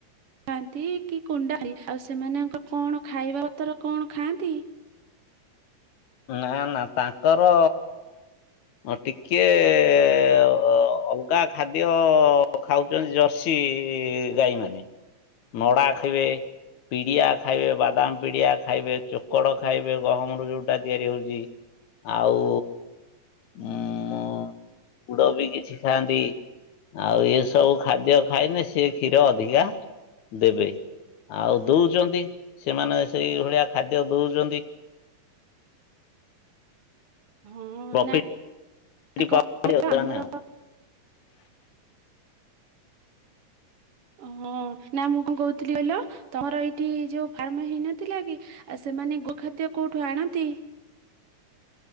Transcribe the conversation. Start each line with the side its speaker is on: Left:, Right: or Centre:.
Right: ଖାଆନ୍ତି କି କୁଣ୍ଡା <unintelligible> ଆଉ ସେମାନଙ୍କ କଣ ଖାଇବା ପତର କଣ ଖାଆନ୍ତି?
Left: ନା-ନା ତାଙ୍କର ହଁ ଟିକେ <unintelligible> ଅଲ୍ଗା ଖାଦ୍ୟ ଖାଉଚନ୍ତି ଜର୍ସି ଗାଈ ମାନେ। ନଡା ଖାଇବେ ପିଡିଆ ଖାଇବେ, ବାଦାମ୍ ପିଡିଆ ଖାଇବେ, ଚୋକଡ଼ ଖାଇବେ, ଗହମରୁ ଯୋଉ <unintelligible> ତିଆରି ହଉଚି। ଆଉ ଉଁ <unintelligible> ବି କିଛି ଖାଆନ୍ତି। ଆଉ ଏସବୁ ଖାଦ୍ୟ <unintelligible> ସିଏ କ୍ଷୀର ଅଧିକା ଦେବେ ଆଉ ଦଉଚନ୍ତି ସେମାନେ ସେଇ ଭଳିଆ ଖାଦ୍ୟ ଦଉଚନ୍ତି।
Right: ହୁଁ,
Left: ପ୍ରଫିଟ
Right: ନା
Left: <unintelligible>
Right: କଣ କହିଲ ଆମର ଅ ହଁ ନା ମୁଁ କଣ କହୁଥିଲି କହିଲ ତମର ଏଇଠି ଯୋଉ ଫାର୍ମ ହେଇନଥିଲା କି ଆ ସେମାନେ ଗୋଖାଦ୍ୟ କୋଉଠୁ ଆଣନ୍ତି?